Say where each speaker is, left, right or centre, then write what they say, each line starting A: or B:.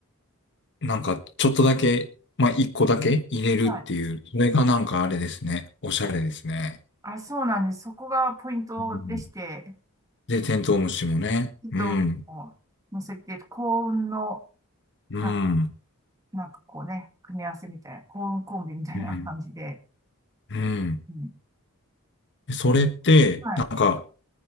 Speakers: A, on the left; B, on the right.
A: なんかちょっとだけ、まあ一個だけ入れるっていう、
B: はい。
A: それがなんかあれですね。おしゃれですね。
B: あ、そうなんです。そこがポイントでして、
A: うんで、テントウムシもね。
B: ちょっともう乗せて、
A: うん。
B: 幸運の、
A: うん。
B: なんか、なんかこうね、組み合わせみたいな、幸運コンビみたいな感じで。
A: うん。うん。
B: うん。
A: でそれって、
B: はい。
A: なんか、